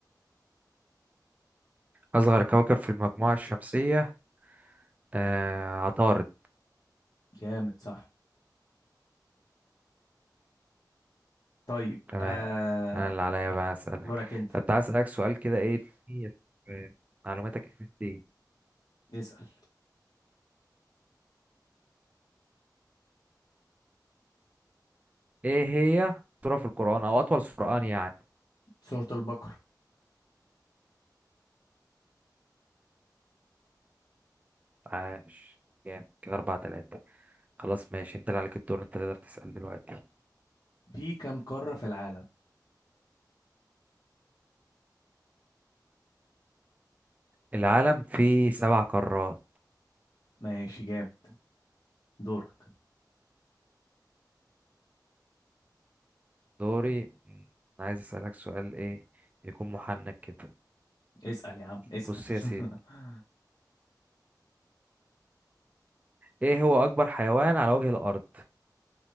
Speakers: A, on the right (about 20°); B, on the left (about 60°).
A: أصغر كوكب في المجموعة الشمسية آه عطارد
B: جامد صح طيب
A: تمام
B: آه
A: أنا اللي عليا بقى أسألك
B: دورك انت
A: طب تعالى أسألك سؤال كده إيه كتير في معلوماتك دي
B: اسأل
A: إيه هي سورة في القرآن أو أطول سورة يعني
B: سورة البقرة
A: عاش جامد كده أربعة تلاتة خلاص ماشي أنت اللي عليك الدور أنت تقدر تسأل دلوقتي
B: في كم قارة في العالم
A: العالم فيه سبع قارات
B: ماشي جامد دورك
A: دوري مم، أنا عايز أسألك سؤال ايه يكون محنك كده
B: اسأل يا عم اسأل
A: بص يا سيدي
B: <laughs>
A: ايه هو اكبر حيوان على وجه الارض